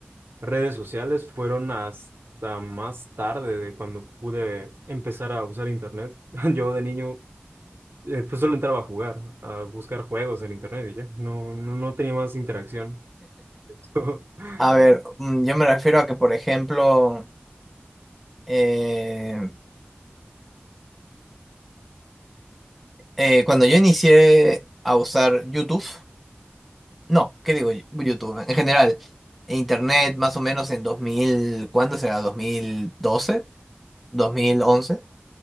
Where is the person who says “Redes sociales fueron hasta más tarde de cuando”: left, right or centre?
Right